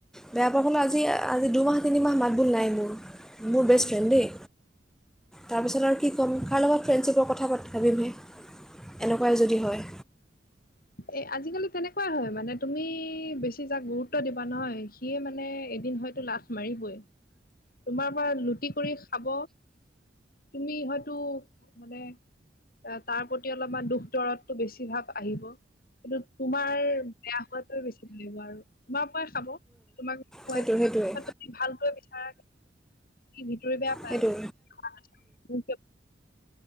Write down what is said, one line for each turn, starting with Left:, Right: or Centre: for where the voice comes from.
Centre: বেয়া পোৱা কোনো আজি আজি দুমাহ তিনিমাহ মাতবোল নাই মোৰ মোৰ বেষ্টফ্ৰেণ্ড দেই। তাৰপিছত আৰু কি ক'ম কাৰ লগত ফ্ৰেণ্ডশ্বিপৰ কথা পা ভাবিমহে। এনেকুৱাই যদি হয়।
Left: এ আজিকালি তেনেকুৱাই হয় মানে তুমি বেছি যাক গুৰুত্ব দিবা নহয় সিয়ে মানে। এদিন হয়তো লাত মাৰিবই। তোমাৰ পৰা লুটি কৰি খাব তুমি হয়তো মানে। তাৰ প্ৰতি অলপমান দুখ দৰতটো বেছিভাৱ আহিব। কিন্তু তোমাৰ বেয়া হোৱাতে বেছি লাগিব আৰু তোমাৰ পৰা। খাব তোমাল লুকুৱাই
Centre: সেইটোৱে সেইটোৱে
Left: তুমি ভালটোৱে বিচৰা কিন্তু। ভিতৰি বেয়া পায়
Centre: সেইটো'।
Left: আৰু